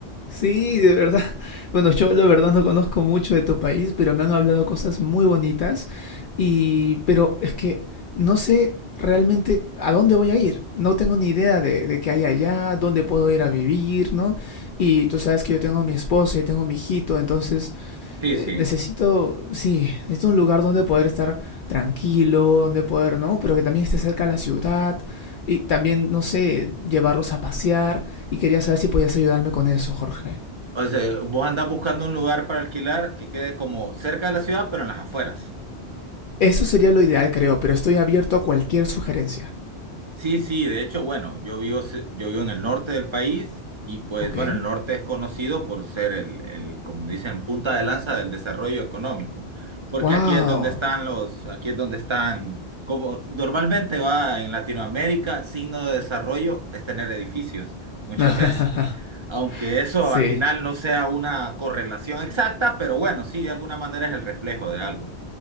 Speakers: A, on the left; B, on the right.
A: Sí, de verdad. <laughs> Bueno, yo la verdad no conozco mucho de tu país, pero me han hablado cosas muy bonitas y pero es que no sé realmente a dónde voy a ir. No tengo ni idea de, de qué hay allá, dónde puedo ir a vivir, ¿no? Y tú sabes que yo tengo a mi esposo y tengo a mi hijito, entonces
B: Sí,
A: eh,
B: sí.
A: necesito, sí, necesito un lugar donde poder estar tranquilo, donde poder, ¿no? Pero que también esté cerca de la ciudad y también, no sé, llevarlos a pasear y quería saber si podías ayudarme con eso, Jorge.
B: O sea, vos andás buscando un lugar para alquilar que quede como cerca de la ciudad, pero en las afueras.
A: Eso sería lo ideal, creo, pero estoy abierto a cualquier sugerencia.
B: Sí, sí, de hecho, bueno, yo vivo, ce- yo vivo en el norte del país y pues
A: Ok.
B: bueno, el norte es conocido por ser el, el, como dicen, punta de lanza del desarrollo económico, porque
A: Wow.
B: aquí es donde están los, aquí es donde están, como normalmente va en Latinoamérica, signo de desarrollo es tener edificios, muchas
A: <laughs>
B: <laughs> veces, aunque eso
A: sí,
B: al final no sea una correlación exacta, pero bueno, sí, de alguna manera es el reflejo de algo.